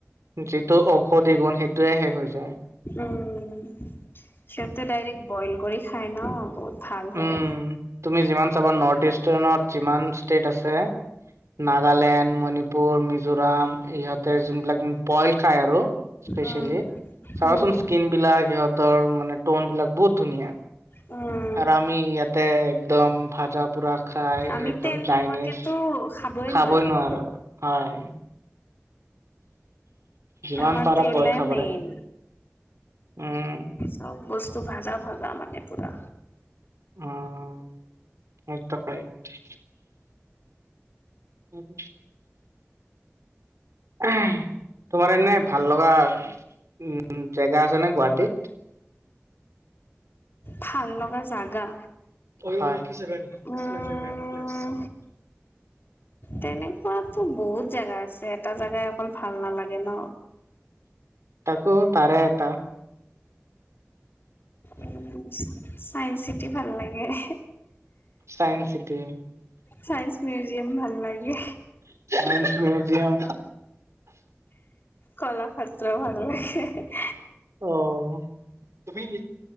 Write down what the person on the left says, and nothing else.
উম সিহঁতে ডাইৰেক্ট বইল কৰি খায় ন বহুত ভাল হয়
উম
উম
উম
আমি
তেল
নোহোৱাকেতো খাবই
নোৱাৰিম
আমাৰ
তেলে
মেইন
চব বস্তু ভাজা ভাজা মানে পুৰা
ভাল লগা জাগা
উম
তেনেকুৱাতো বহুত জাগা আছে এটা জেগাই অকল ভাল নালাগে ন
উম চাইন্স চিটি ভাল লাগে <unintelligible>
চাইন্স মিউজিয়াম ভাল লাগে
কলা ক্ষেত্ৰও ভাল লাগে এহে হে